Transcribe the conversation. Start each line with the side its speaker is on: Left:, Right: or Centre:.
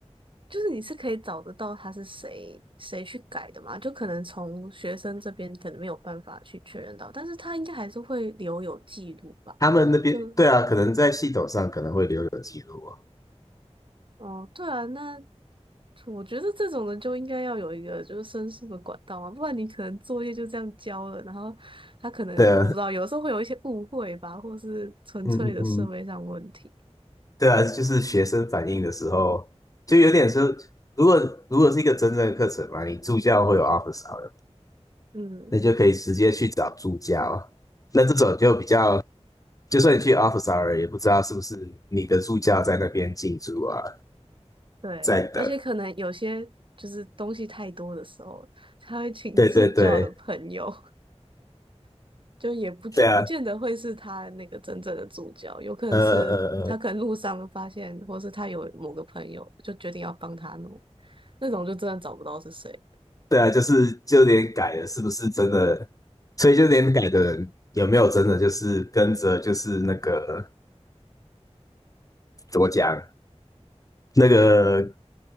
Right: 就是你是可以找得到他是谁谁去改的嘛？就可能从学生这边可能没有办法去确认到，但是他应该还是会留有记录吧？
Left: 他们那边对啊，
Right: 就，
Left: 可能在系统上可能会留有记录啊。
Right: 哦，对啊，那我觉得这种人就应该要有一个就是申诉的管道啊，不然你可能作业就这样交了，然后他可能我不知道，
Left: 对啊，
Right: 有时候会有一些误会吧，或是纯粹的社会上问题。
Left: 嗯嗯嗯。对啊，就是学生反映的时候，就有点说，如果如果是一个真正的课程嘛，你助教会有 office hour，
Right: 嗯，
Left: 那就可以直接去找助教啊。那这种就比较，就算你去 office hour，也不知道是不是你的助教在那边进驻啊，
Right: 对，
Left: 在等。
Right: 而且可能有些就是东西太多的时候，他会请助教的朋友，
Left: 对对对，
Right: <laughs> 就也不见不见得会是他那个真正的助教，
Left: 对啊，
Right: 有可能是他可能路上发现，
Left: 呃呃呃，
Right: 或是他有某个朋友就决定要帮他弄，那种就真的找不到是谁。
Left: 对啊，就是就连改了是不是真的，所以就连改的人有没有真的就是跟着就是那个怎么讲？那个